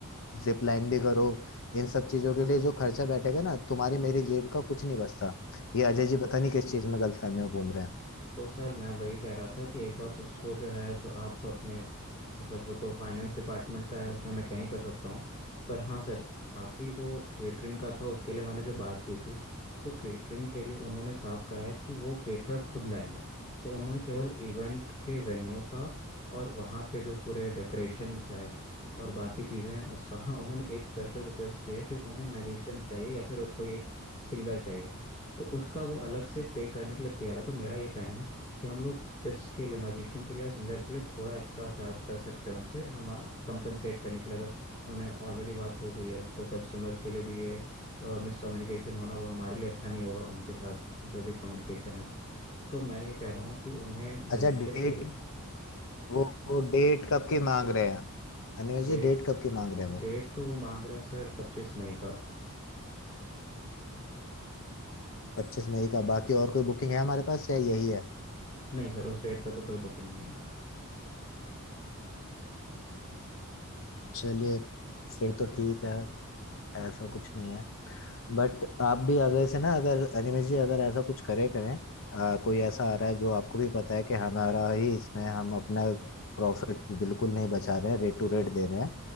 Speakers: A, on the left; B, on the left.
A: जिप लाइन भी करो इन सब चीजों के लिए जो खर्चा बैठेगा ना तुम्हारी मेरी जेब का कुछ नहीं बचता ये अजय जी पता नहीं किस चीज में गलतफहमी में घूम रहे हैं
B: तो सर मैं वही कह रहा था कि एक बार उसको जो है जो आप अपने मतलब वो तो फाइनेंस डिपार्टमेंट का है उसमें मैं क्या ही कर सकता हूँ पर हाँ सर बाकी जो केटरिंग का था उसके लिए मैंने जो बात की थी तो केटरिंग के लिए उन्होंने साफ कहा है कि वो केटरर खुद लाएंगे तो उन्होंने केवल इवेंट के वेन्यू का और वहाँ के जो पूरे डेकोरेशंस है और बाकी चीज़ें हैं उसका हाँ उन्होंने एक स्पेशल रिक्वेस्ट किया है कि उन्हें मैजिशियन चाहिए या फिर कोई एक सिंगर चाहिए तो उसका वो अलग से पे करने के लिए तैयार है तो मेरा ये कहना है कि हम लोग इसके लिए म्यूजिशियन के लिए या सिंगर के लिए थोड़ा एक्स्ट्रा चार्ज कर सकते हैं उनसे हम कंपनसेट करने के लिए अगर उन्हें ऑलरेडी बात हो गई है तो कस्टमर के लिए भी ये मिसकम्युनिकेशन होना वो हमारे लिए अच्छा नहीं होगा उनके साथ जो भी कम्युनिकेशन है तो मैं ये कह रहा हूँ कि उन्हें म्यूजिशियन
A: अच्छा डेट
B: के लिए
A: वो, वो डेट कब की मांग रहे हैं अनिमेश
B: डेट
A: जी डेट कब की मांग रहे हैं वो
B: डेट तो वो मांग रहे हैं सर पच्चीस मई का
A: पच्चीस मई का बाकी और कोई बुकिंग है हमारे पास या यही है
B: नहीं सर उस डेट पे तो कोई बुकिंग नहीं है
A: चलिए फिर तो ठीक है ऐसा कुछ नहीं है बट आप भी आगे से ना अगर अनिमेश जी अगर ऐसा कुछ करे करें आ, कोई ऐसा आ रहा है जो आपको भी पता है कि हमारा ही इसमें हम अपना प्रॉफिट बिल्कुल नहीं बचा रहे हैं रेट टू रेट दे रहे हैं